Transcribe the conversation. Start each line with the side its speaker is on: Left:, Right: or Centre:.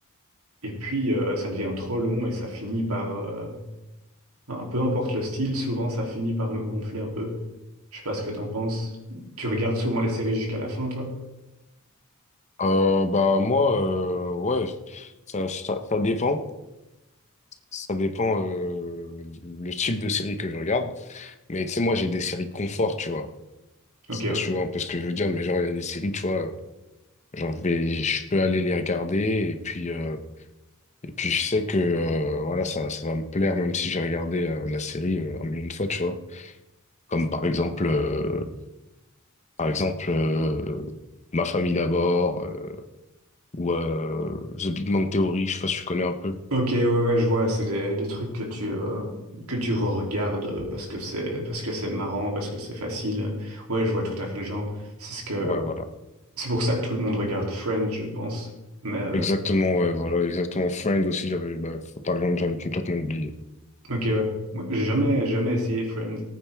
Right: et puis euh, ça devient trop long et ça finit par, euh, un- peu importe le style, souvent ça finit par me gonfler un peu. Je sais pas ce que t'en penses. Tu regardes souvent les séries jusqu'à la fin, toi?
Left: Euh, bah moi euh, ouais ça, ça ça dépend ça dépend euh, le type de série que je regarde mais tu sais moi j'ai des séries confort tu vois
Right: Ok,
Left: je sais pas
Right: ouais.
Left: si tu vois un peu ce que je veux dire mais genre il y a des séries tu vois Genre, je vais, je peux aller les regarder et puis, euh, et puis je sais que euh, voilà, ça, ça va me plaire même si j'ai regardé euh, la série euh, un million de fois, tu vois. Comme par exemple, euh, par exemple, euh, Ma famille d'abord euh, ou euh, The Big Bang Theory, je sais pas si tu connais un peu.
Right: Ok, ouais, ouais, je vois, c'est des, des trucs que tu, euh, que tu regardes parce que c'est, parce que c'est marrant, parce que c'est facile. Ouais, je vois tout à fait le genre. C'est ce que,
Left: Ouais, voilà.
Right: C'est pour ça que tout le monde regarde Friends, je pense. Mais euh,
Left: Exactement, ouais, voilà, exactement. Friends aussi, j'avais, bah, par exemple, j'avais complètement oublié.
Right: ok, ouais. Moi, J'ai jamais, jamais essayé Friends.